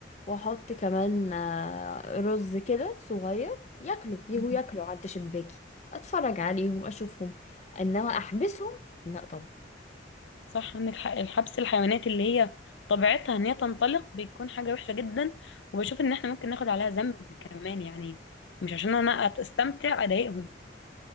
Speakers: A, on the left; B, on the left.
A: واحط كمان آه، رز كده صغير ياكلوا يجوا
B: مم.
A: ياكلوا عند شباكي اتفرج عليهم اشوفهم انما احبسهم لا
B: صح عندك حق الحبس الحيوانات اللي هي طبيعتها ان هي تنطلق بيكون حاجه وحشه جدا وبشوف ان احنا ممكن ناخد عليها ذنب كمان يعني مش عشان انا استمتع اضايقهم